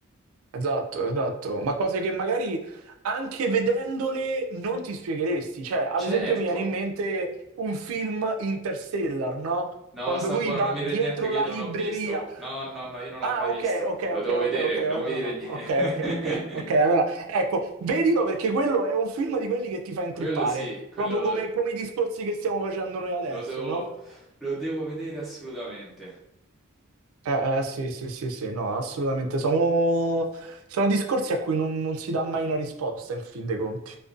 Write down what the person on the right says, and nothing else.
Esatto, esatto, ma cose che magari anche vedendole non ti spiegheresti. Cioè, ad esempio
mi viene in mente un film Interstellar, no,
quando
lui
va
dietro
la
libreria.
Ah
okay,
okay,
okay,
okay,
okay,
allora
no.
Okay, okay, okay, okay, allora ecco, vedilo perché quello è un film di quelli che ti fa
intrippare,
proprio
come come i discorsi che stiamo facendo noi adesso,
no.
Eh, eh, sì, sì, sì, sì, no, assolutamente. Sono sono discorsi a cui non non si dà mai una risposta in fin dei conti.